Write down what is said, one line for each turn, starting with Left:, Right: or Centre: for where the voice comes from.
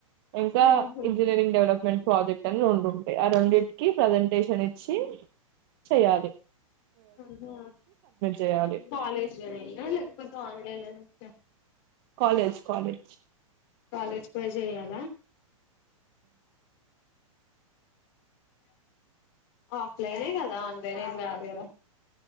Right: ఎంకా
Left: ఉహు
Right: ఇంజిననీరింగ్ డెవలప్ ప్రాజెక్టు రెండు ఉంటాయి ఆ రెండింటికి ప్రజెంటేషన్ ఇచ్చి చేయలీ
Left: ఉహు
Right: చేయాలి
Left: కాలజ లేకపోతే ఆన్లైన్ నుంచా
Right: కాలేజ్ కాలేజ్
Left: కాలేజ్ పోయి చేయాలా ఆఫ్లైనే కదా ఆన్లైన్ ఏం కాదు కదా